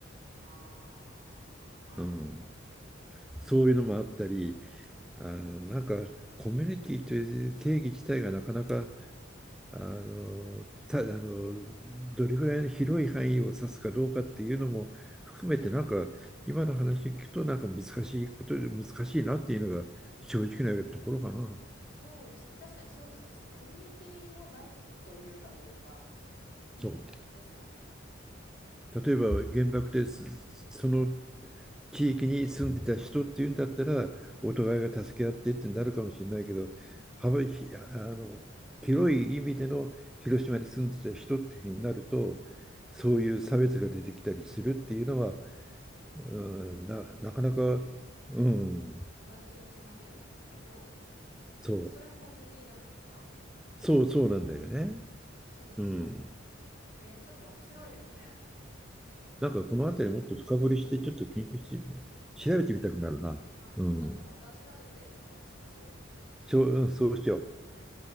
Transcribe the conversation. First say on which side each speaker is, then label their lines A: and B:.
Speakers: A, on the left; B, in the centre.
A: ああ、はい。
B: うん、
A: うーん。
B: そういうのもあったり、
A: はい。
B: あのなんかコミュニティという定義自体がなかなかあのたあのどれぐらいの広い範囲を指すかどうかっていうのも含めて、
A: はい。
B: なんか今の話聞くと、なんか難しいことで難しいなっていうのが正直なところかな。
A: そうですね。確かにそうですね。そのコミュニティを何というかというか、
B: そう。
A: ですかね。うん。
B: 例えば原爆でその地域に住んでた人っていうんだったらお互いが助け合ってってなるかもしれないけど幅ひあの広い意味での広島に住んでた人っていうふうになると
A: はい。はい。はい。
B: そういう差別が出てきたりするっていうのは、
A: ああ、
B: うん、な、
A: まあでもそうですよね。
B: なかなか、うん、
A: 確かに。同じ広島県民だけど、
B: そう、
A: 言ったらそれもコミュニティじゃないですか。
B: そう、そうなんだよね。
A: 大きなね。そうですよね。
B: うん。
A: 確かに。えー、ちょっと面白いですね。
B: なんかこの辺りもっと深掘りしてちょっと研究して調べてみたくなるな。
A: そうですね。はい。
B: うん。
A: ちょっとまた調べてお話ししましょう。
B: そう、うん、そうしよう。
A: はい。